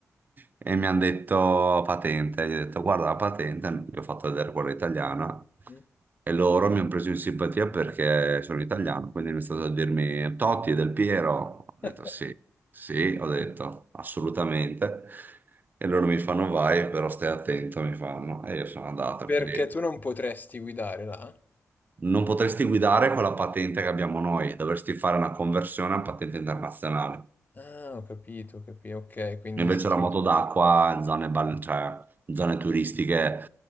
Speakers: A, on the right; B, on the left.
A: E mi hanno detto patente, gli ho detto guarda la patente, gli ho fatto vedere quella italiana
B: Mm.
A: e loro mi hanno preso in simpatia perché sono italiano, quindi mi è stato a dirmi Totti è del Piero, ho detto
B: <laughs>
A: sì, sì, ho detto assolutamente. E loro mi fanno vai, però stai attento, mi fanno. E io sono andato,
B: Perché
A: quindi
B: tu non potresti guidare là?
A: non potresti guidare con la patente che abbiamo noi, dovresti fare una conversione a patente internazionale.
B: Ah, ho capito, ho capito, ok, quindi
A: Invece
B: sì. sì.
A: la moto d'acqua in zone, bal- cioè, in zone turistiche